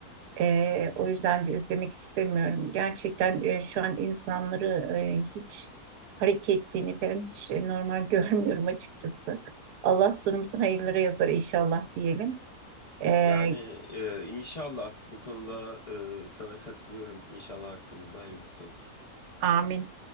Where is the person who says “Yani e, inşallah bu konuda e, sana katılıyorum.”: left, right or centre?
Left